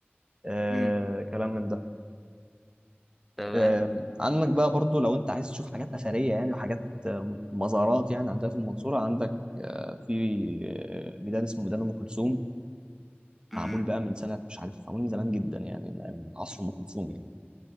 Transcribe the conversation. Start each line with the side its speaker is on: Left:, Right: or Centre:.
Right: آه
Centre: مم.
Right: كلام من ده
Centre: تمام
Right: آه عندك بقى برضو لو انت عايز تشوف حاجات اثريه يعني وحاجات آه، مزارات يعني عندها في المنصوره عندك آه في آه، ميدان اسمه ميدان ام كلثوم
Centre: مم.
Right: معمول بقى من سنه مش عارف معمول من زمان جدا يعني من من عصر ام كلثوم يعني